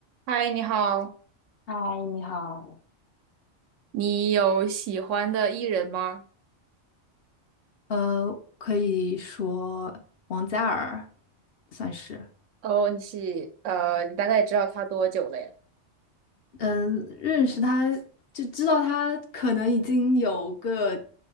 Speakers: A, on the right; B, on the left.
A: 嗨，你好，
B: 嗨，你好。
A: 你有喜欢的艺人吗？
B: 呃，可以说王嘉尔算是，
A: 哦，你是呃，你大概知道他多久了呀？
B: 嗯，认识他就知道他可能已经有个